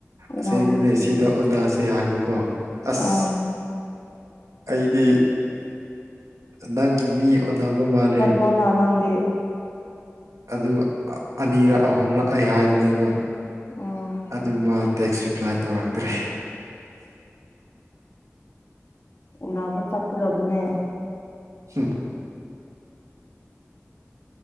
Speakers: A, on the right; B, on the left.
A: ꯑꯁꯦꯡꯕꯅꯦ
B: ꯎꯝ
A: ꯁꯤꯗ ꯎꯟꯅꯁꯦ ꯍꯥꯏꯕꯀꯣ ꯑꯁ
B: ꯑꯣ
A: ꯑꯩꯗꯤ ꯅꯪ ꯃꯤ ꯑꯣꯟꯅꯕ ꯃꯥꯜꯂꯦ
B: ꯅ ꯅꯪꯗꯤ
A: ꯑꯗꯨꯒ ꯑꯅꯤꯔꯛ ꯑꯍꯨꯝꯔꯛ ꯑꯩ ꯍꯥꯏꯕꯅꯦꯕ
B: ꯎꯝ
A: ꯑꯗꯨ ꯇꯦꯛꯁ ꯔꯤꯄ꯭ꯂꯥꯏ ꯇꯧꯔꯛꯇ꯭ꯔꯦ
B: ꯎꯕꯨ ꯆꯠꯀꯗꯕꯅꯦ
A: ꯁꯤ